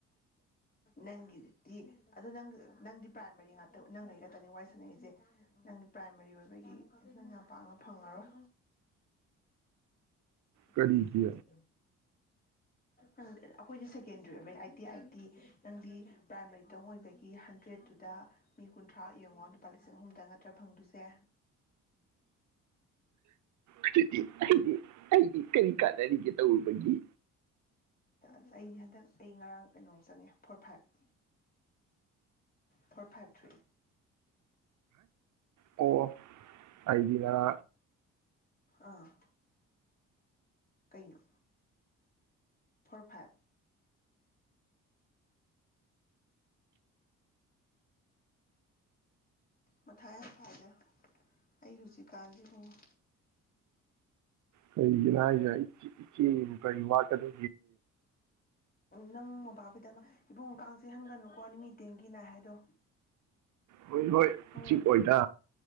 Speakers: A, on the left; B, on the right.
A: ꯅꯪꯒꯤꯗꯤ ꯑꯗꯨꯗ ꯅꯪ ꯅꯪꯗꯤ ꯄ꯭ꯔꯥꯏꯃꯥꯔꯤ ꯉꯥꯛꯇ ꯅꯪꯒꯩ ꯈꯛꯇꯅꯤ ꯋꯥꯏ ꯁꯥꯟꯅ ꯑꯩꯁꯦ ꯅꯪ ꯄ꯭ꯔꯥꯏꯃꯥꯔꯤ ꯑꯣꯏꯕꯒꯤ ꯅꯪ ꯌꯥꯝ ꯄꯥꯛꯅ ꯐꯪꯉꯔꯣꯏ
B: ꯀꯔꯤꯒꯤ
A: ꯂꯩꯤ ꯀ ꯅꯪ ꯑꯩꯈꯣꯏꯗꯤ ꯁꯦꯀꯦꯟꯗ꯭ꯔꯤ ꯑꯣꯏꯕ ꯑꯩꯠ ꯤ ꯑꯥꯏꯠꯇꯤ ꯅꯪꯗꯤ ꯄ꯭ꯔꯥꯏꯃꯥꯔꯤꯇꯪ ꯑꯣꯏꯕꯒꯤ ꯍꯟꯗ꯭ꯔꯦꯗꯠꯇꯨꯗ ꯃꯤ ꯀꯨꯟꯊ꯭ꯔꯥ ꯌꯦꯡꯉꯣ ꯂꯨꯄꯥ ꯂꯤꯁꯤꯡ ꯑꯍꯨꯝꯗꯪ ꯅꯠꯇ꯭ꯔ ꯐꯪꯗꯣꯏꯁꯦ
B: ꯑꯗꯨꯗꯤ ꯑꯩꯗꯤ ꯑꯩꯗꯤ ꯀꯔꯤ ꯀꯥꯟꯅꯔꯤꯒꯦ ꯇꯧꯔꯨꯕꯒꯤ
A: ꯟ ꯑꯩ ꯍꯟꯗꯛ ꯑꯩ ꯉꯔꯥꯡ ꯀꯩꯅꯣꯝ ꯆꯪꯉꯦ four five four five three
B: ꯑꯣ ꯑꯩꯗꯤ ꯃ
A: ꯑꯥ ꯀꯩꯅꯣ ꯐꯣꯔ ꯐꯥꯏꯚ ꯃꯊꯥ ꯌꯥꯝ ꯁꯥꯥꯏꯖ ꯑꯩ ꯍꯧꯖꯤꯛꯀꯥꯟꯁꯤ ꯍꯨꯡꯉꯣ
B: ꯀꯩꯖ ꯏ ꯏꯆ ꯀꯩ ꯋꯥꯗꯒ
A: ꯅꯪ ꯃꯕꯥꯈꯣꯏꯗ ꯏꯕꯨꯡꯉ ꯀꯥꯡ ꯆꯦ ꯍꯟꯒꯅꯨꯀꯣ ꯅꯨꯃꯤꯠ ꯇꯡꯒꯤꯅ ꯍꯥꯏꯗꯣ
B: ꯍꯣꯏ ꯍꯣꯏ
A: ꯍꯣꯔꯦꯟ
B: ꯆꯤ ꯑꯣꯏꯣꯏꯇꯥ